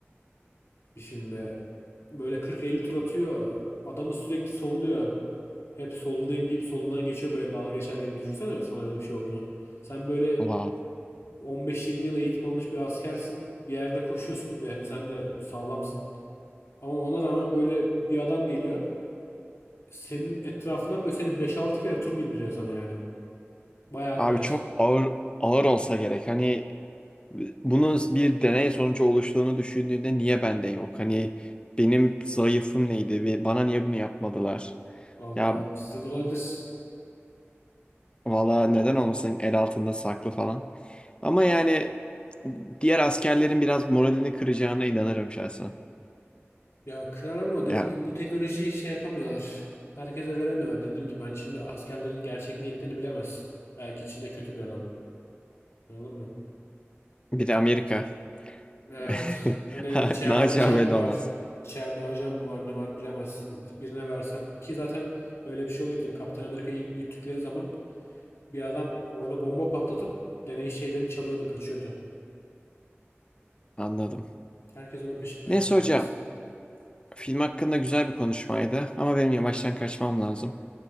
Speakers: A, on the left; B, on the left.
A: bir filmde? Böyle 40-50 tur atıyor. Adamı sürekli solluyor. Hep solundayım deyip solundan geçiyor böyle dalga geçer gibi. Düşünsene sana öyle bir şey olduğunu. Sen böyle
B: Wow.
A: 15-20 yıl eğitim almış bir askersin. Bir yerde koşuyorsun ve hani sen de sağlamsın. Ama ona rağmen böyle bir adam geliyor. Senin etrafından böyle seni 5-6 kere tur bindiriyor sana yani. Bayağı
B: Abi
A: koyar.
B: çok ağır ağır olsa gerek. Hani bunun bir deney sonucu oluştuğunu düşündüğünde niye bende yok? Hani benim zayıfım neydi? Ve Bana niye bunu yapmadılar?
A: Vallahi
B: Ya
A: bizde de olabilir.
B: valla neden olmasın el altında saklı falan. Ama yani diğer askerlerin biraz moralini kıracağına inanırım şahsen.
A: Ya kırar ama
B: Ya
A: dediğim gibi bu teknolojiyi şey yapamıyorlar. Herkese veremiyorlar. Dediğim gibi hani şimdi askerlerin gerçek niyetlerini bilemezsin. Belki içinde kötü bir adam. Anladın mı?
B: Bir de Amerika.
A: Evet.
B: <laughs>
A: Hani içeride
B: Naci
A: ajan
B: abi öyle
A: mı var?
B: olmaz.
A: İçeride ajan mı var? Ne var bilemezsin. Birine versen. Ki zaten öyle bir şey oluyor. Bizim Kaptan Amerika'yı ilk büyüttükleri zaman bir adam orada bomba patlatıp deney şeylerini çalıyordu, kaçıyordu.
B: Anladım.
A: Herkes onun peşinde yani.
B: Neyse hocam.
A: Neyse.
B: Film hakkında güzel bir konuşmaydı. Ama benim yavaştan kaçmam lazım.